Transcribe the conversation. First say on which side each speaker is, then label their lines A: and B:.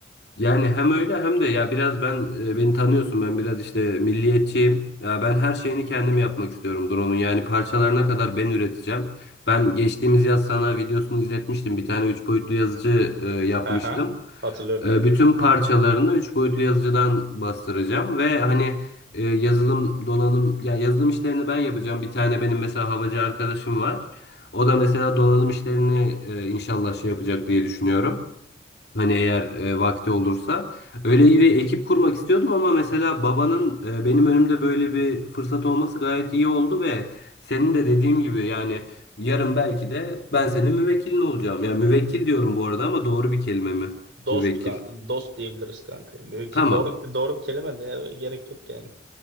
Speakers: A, on the left (about 65°); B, on the right (about 85°).
A: Yani hem öyle hem de ya biraz ben e, beni tanıyorsun ben biraz işte milliyetçiyim. Ya ben her şeyini kendim yapmak istiyorum drone'un. Yani parçalarına kadar ben üreteceğim. Ben geçtiğimiz yaz sana videosunu izletmiştim. Bir tane 3 boyutlu yazıcı e, yapmıştım.
B: Aha, hatırlıyorum.
A: E, bütün parçalarını 3 boyutlu yazıcıdan bastıracağım ve hani e, yazılım donanım ya yazılım işlerini ben yapacağım. Bir tane benim mesela havacı arkadaşım var. O da mesela donanım işlerini e, inşallah şey yapacak diye düşünüyorum. Hani eğer e, vakti olursa. Öyle bir ekip kurmak istiyordum ama mesela babanın e, benim önümde böyle bir fırsat olması gayet iyi oldu ve senin de dediğim gibi yani yarın belki de ben senin müvekkilin olacağım. Ya müvekkil diyorum bu arada ama doğru bir kelime mi?
B: Dost
A: Müvekkil.
B: kan- dost diyebiliriz kanka. Müvekkil
A: Tamam.
B: doğru doğru bir kelime de ya, gerek yok yani.